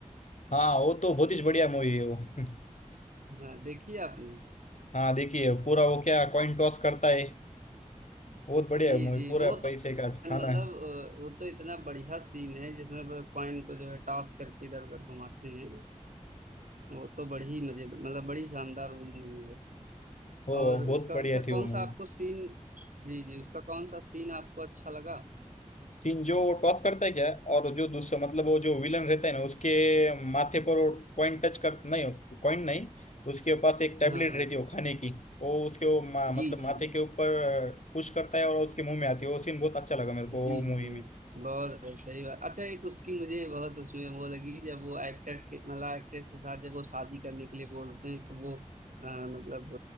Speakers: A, on the left; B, on the right.
A: हाँ वो तो बहुत ही बढ़िया मूवी है वो <laughs>
B: हाँ देखिए आपने
A: हाँ देखिए पूरा वो क्या कॉइन टॉस करता है बहुत बढ़िया
B: जी
A: है मूवी
B: जी
A: पूरा
B: वो तो
A: पैसे का
B: मतलब
A: हाँ ना
B: अ, वो तो इतना बढ़िया सीन है जिसमें वो कॉइन को जो है टॉस करके इधर उधर घुमाते हैं वो तो बड़ी मजेदार मतलब बड़ी शानदार वो मूवी है
A: वो
B: और
A: बहुत
B: उसका
A: बढ़िया
B: अच्छा कौन
A: थी वो मूवी
B: सा आपको सीन जी जी उसका कौन सा सीन आपको अच्छा लगा
A: सीन जो वो टॉस करता है क्या और जो दूसरा मतलब वो जो विलन रहता है ना उसके माथे पर वो कॉइन टच कर नहीं कॉइन नहीं उसके पास एक टैबलेट
B: हाँ
A: रहती है वो खाने की वो उसके वो मा, मतलब
B: जी जी
A: माथे के ऊपर पुश करता है और उसके मुंह में आती है वो सीन बहुत अच्छा लगा मेरे को
B: जी
A: वो मूवी
B: जी
A: में
B: बहुत सही बात अच्छा एक उसकी मुझे बहुत उसमें वो लगी जब वो एक्टर के मतलब एक्ट्रेस के साथ जब वो शादी करने के लिए बोलते हैं तो वो अ, मतलब